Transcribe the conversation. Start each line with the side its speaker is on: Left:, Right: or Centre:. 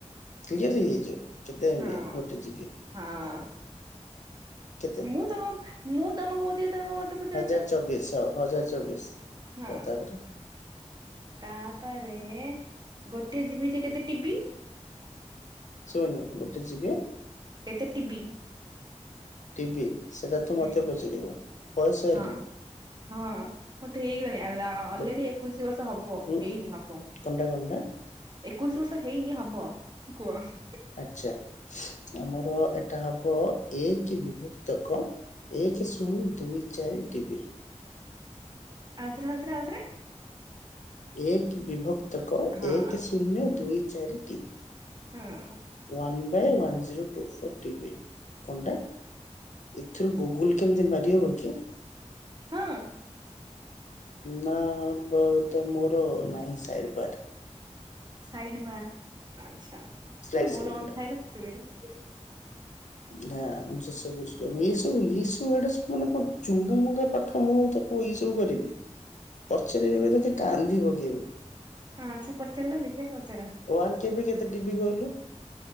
Left: କ୍ଲିୟର୍ ହେଇଯାଇଚୁ କେତେ
Right: ହଁ
Left: ଏମ୍ବି ଗୋଟେ ଜି ବି।
Right: ହଁ।
Left: କେତେ
Right: ମୁଁ ତମ ମୁଁ ତମକୁ କହୁଛି ତମେ ମତେ ପଚାରୁଛ
Left: ହଜାର ଚବିଶ ହ ହଜାର ଚବିଶ
Right: ହଁ
Left: କହ ତାପରେ।
Right: ତାପରେ ଗୋଟେ ଜିବି ଯେ କେତେ ଟିବି?
Left: ଶୁଭୁନି ଗୋଟେ ଜିବି
Right: କେତେ ଟିବି?
Left: ଟିବି ସେଟା ତୁ
Right: ହୁଁ
Left: ମତେ ପଚାରିବୁ ବୟସ ହେଲାଣି।
Right: ହଁ ହଁ ମତେ ହେଇଗଲାଣି ଆଲାଉ ଅଲରେଡି
Left: ଗୋ
Right: ଏକୋଇଶି ବର୍ଷ ହବ
Left: ଉଁ
Right: ହେଇନି ହବ।
Left: କଣଟା କଣଟା?
Right: ଏକୋଇଶି ବର୍ଷ ହେଇନି ହବ କୁହ।
Left: ଆଚ୍ଛା ଆମର ଏଇଟା ହବ ଏକେ ବିଭକ୍ତକ ଏକେ ଶୂନ ଦୁଇ ଚାରି ଟିବି।
Right: ଆଉଥରେ-ଆଉଥରେ-ଆଉଥରେ।
Left: ଏକ ବିଭକ୍ତକ
Right: ହଁ
Left: ଏକ ଶୂନ୍ୟ ଦୁଇ ଚାରି ଟିବି।
Right: ହଁ
Left: one by one zero two four TB କଣଟା? ଏଥିରୁ ଗୁଗୁଲ କେମିତି ମାରି ହବ କି?
Right: ହଁ।
Left: ନା ବୋଧେ ମୋର ନାହିଁ ସାଇଡ ବାର।
Right: ସାଇଡ ବା ଆଚ୍ଛା ନା
Left: ସ୍ଲାଇଡ୍
Right: ମୋର
Left: ସ୍କ୍ରିନ୍
Right: ଅନ୍
Left: ଟା
Right: ଥାଏ ନା ସେଥିପାଇଁ।
Left: ନା ମୁଁ ସେସ <unintelligible> ଇଏ ସବୁ ଇଏ ସବୁ ଏଇଟା ସ୍କୁଲରେ ଙ୍କ କଣ ଚୁଙ୍ଗା ମୁୁଙ୍ଗା ପାଠ ମୁଁ ତାକୁ ଇଏ ସବୁ କରିବି।
Right: <inaudible>
Left: ପଚାରିବି ଏବେ ଯଦି କାନ୍ଦି ପକେଇବୁ।
Right: ହଁ ଆଚ୍ଛା ପଚାରିଲ ଦେଖିବା ପଚାର।
Left: ୱାନ୍ କେବି କେତେ ଟିବି କହିଲୁ?